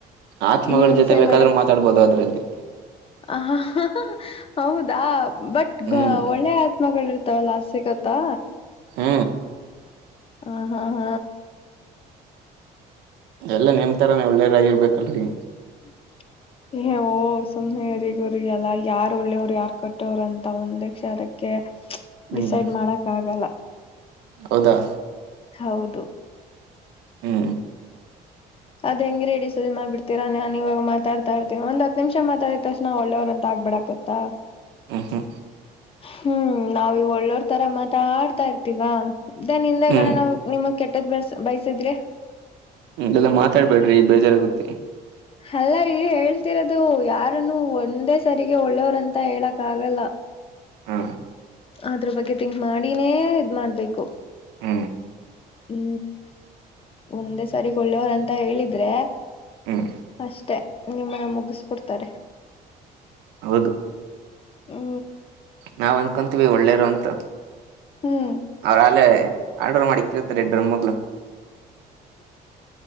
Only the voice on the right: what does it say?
ಆತ್ಮಗಳ
ಜೊತೆ ಬೇಕಾದ್ರೂ
ಮಾತಾಡ್ಬಹದು ಅದರಲ್ಲಿ.
ಹ್ಮ್
ಹು
ಎಲ್ಲಾ ನಿಮತಾರನ ಒಳ್ಳೇ ರಾಗಿರ್ಬೇಕಲ್ರರಿ.
ಹ್ಮ್
ಹೌದಾ
ಹು
ಉ ಹು
ಹ್ಮ್
ಹ್ಮ ಎಲ್ಲಾ ಮಾತಾಡ್ಬೇಡ್ರಿ ಬೇಜಾರಾಗುತ್ತಿ
ಹಾ
ಹು
ಹ್ಮ್
ಹೌದು.
ನಾವ್ ಅಂದ್ಕೊಂತೀವಿ ಒಳ್ಳೇರು ಅಂತ
ಅವ್ರಾಲೇ ಆರ್ಡ್ರ್ ಮಾಡಿರ್ತಾರೆ ಡ್ರ ಮೊಲು